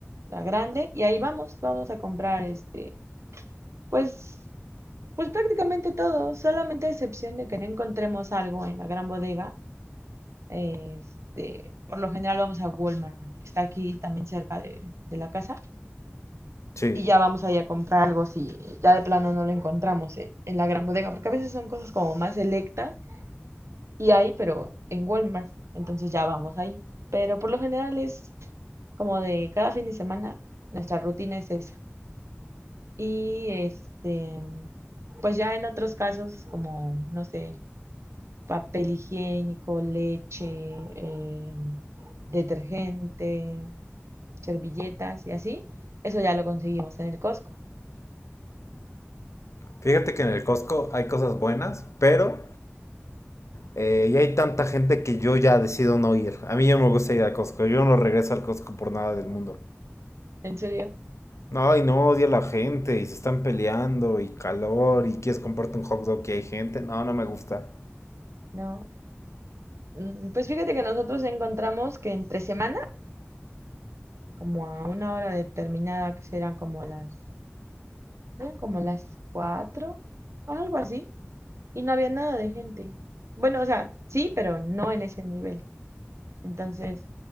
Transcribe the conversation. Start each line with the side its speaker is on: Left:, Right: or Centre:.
Right: la grande, y ahí vamos, vamos a comprar este, pues, pues prácticamente todo, solamente a excepción de que no encontremos algo en la gran bodega. Este, por lo general vamos a Walmart, que está aquí también cerca de, de la casa,
Left: Sí.
Right: y ya vamos ahí a comprar algo si ya de plano no lo encontramos en, en la gran bodega, porque a veces son cosas como más selectas Y hay, pero en Walmart. Entonces ya vamos ahí. Pero por lo general es como de cada fin de semana, nuestra rutina es esa. Y este, pues ya en otros casos, como, no sé, papel higiénico, leche, eh, detergente, servilletas y así, eso ya lo conseguimos en el Costco.
Left: Fíjate que en el Costco hay cosas buenas, pero eh, ya hay tanta gente que yo ya decido no ir. A mí ya no me gusta ir al Costco. Yo no regreso al Costco por nada del mundo.
Right: ¿En serio?
Left: No, y no odio a la gente, y se están peleando, y calor, y quieres comprarte un hot dog que hay gente. No, no me gusta.
Right: No. Mm, Pues fíjate que nosotros encontramos que entre semana, como a una hora determinada, que serán como las Eran como las cuatro, algo así, y no había nada de gente. Bueno, o sea, sí, pero no en ese nivel. Entonces,